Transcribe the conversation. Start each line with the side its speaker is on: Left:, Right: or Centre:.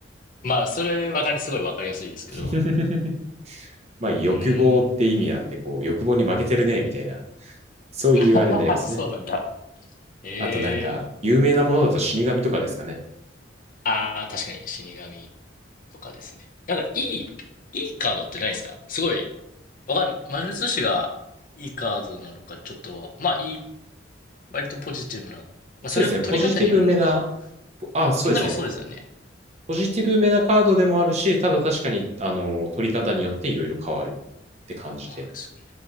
Left: まあ、それわかり、すごいわかりやすいですけど。
Right: <laughs> まあ欲望って意味なんで、
Left: うーん。
Right: こう、欲望に負けてるね、みたいな。そういうあれになりますね。
Left: <laughs> そうなんだ。ええ
Right: あとなんか、有名なものだと死神とかですかね。
Left: ああー、確かに死神とかですね。なんか、いい、
Right: うん
Left: いいカードってないですかすごい、わかん、魔術師がいいカードなのか、ちょっと、まあ、いい、割とポジティブな。まあ、
Right: そうですね。
Left: それも取り方によるのか。
Right: ポジティブめな、あ、そうですね。
Left: まあ、でもそうですよね。
Right: ポジティブめなカードでもあるし、ただ確かに、あの、取り方によっていろいろ変わるって感じで。
Left: そうです